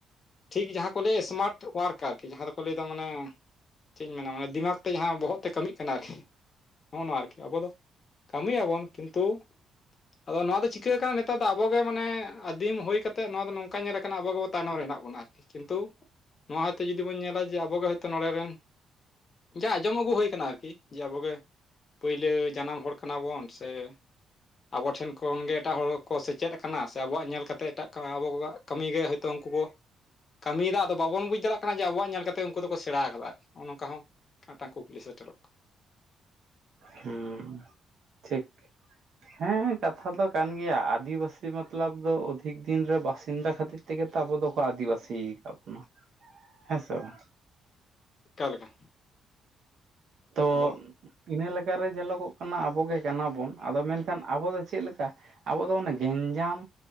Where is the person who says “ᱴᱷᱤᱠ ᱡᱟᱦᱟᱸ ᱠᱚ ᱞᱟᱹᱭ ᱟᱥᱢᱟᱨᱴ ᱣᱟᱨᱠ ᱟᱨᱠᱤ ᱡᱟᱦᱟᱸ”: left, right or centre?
Left